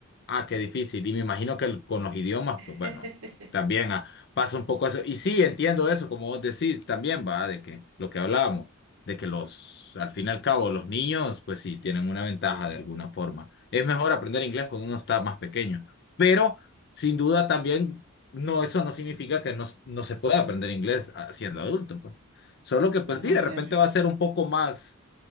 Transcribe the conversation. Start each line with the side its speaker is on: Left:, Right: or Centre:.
Left: ah, qué difícil, y me imagino que el- con los idiomas,
Right: <laughs>
Left: pues bueno. También pasa un poco eso. Y sí, entiendo eso, como vos decís también, va, de que lo que hablábamos, de que los, al fin y al cabo, los niños, pues sí, tienen una ventaja de alguna forma. Es mejor aprender inglés cuando uno está más pequeño, pero sin duda también, no, eso no significa que no, no se pueda aprender inglés ah, siendo adulto, pues. Solo que, pues
Right: No,
Left: sí, de
Right: claro.
Left: repente va a ser un poco más,